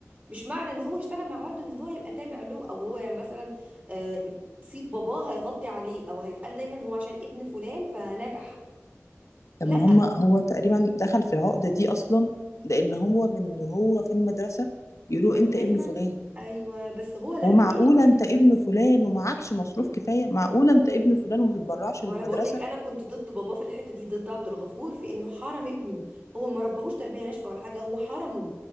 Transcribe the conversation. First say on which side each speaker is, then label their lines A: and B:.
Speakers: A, on the right (about 30°); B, on the left (about 75°).
A: مش معنى ان هو اشتغل مع والده ان هو يبقى تابع له او هو يعني مثلا آه، صيت باباه هيغطي عليه او هيتقال دايما هو عشان ابن فلان فنجح
B: طب
A: لا
B: ما هم هو تقريبا دخل في العقده دي اصلا لان هو من هو في المدرسه بيقولوا
A: كان
B: انت
A: دايما
B: ابن فلان
A: ايوه بس هو لما
B: ومعقولة
A: فهم
B: أنت ابن فلان ومعكش مصروف كفاية معقولة أنت ابن فلان وما تتبرعش
A: ما
B: للمدرسة
A: هو انا بقول لك انا كنت ضد باباه في الحته دي ضد عبد الغفور في انه حرم ابنه هو ما ربهوش تربيه ناشفه ولا حاجه هو حرمه